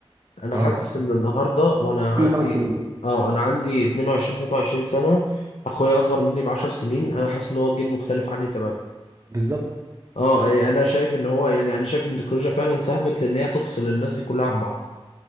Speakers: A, on the left; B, on the right.
A: انا
B: اه
A: حاسس ان النهارده وانا عندي
B: كل خمس سنين
A: اه انا عندي 22 23 سنه اخويا اصغر مني ب 10 سنين انا حاسس ان هو جيل مختلف عني تماما
B: بالظبط
A: اه إيه، انا شايف ان هو يعني انا شايف ان التكنولوجيا فعلا ساهمت ان هي تفصل الناس دي كلها عن بعض